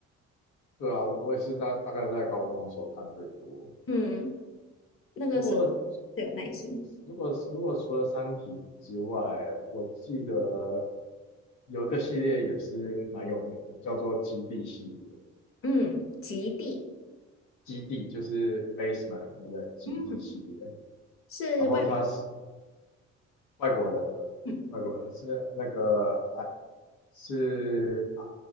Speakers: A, on the left; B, on the left.
A: 对啊，我也是大大概在高中的时候看最多。
B: 嗯，那个时候
A: 不过，
B: 最有耐心。
A: 如果如果除了《三体》之外，我记得有一个系列也是蛮有名的，叫做《基地》系列。
B: 嗯，极地
A: 基地就是 Basement 那个基地系列，
B: 嗯是外，
A: 然后它是外国人的，
B: 嗯
A: 外国人是那个埃是啊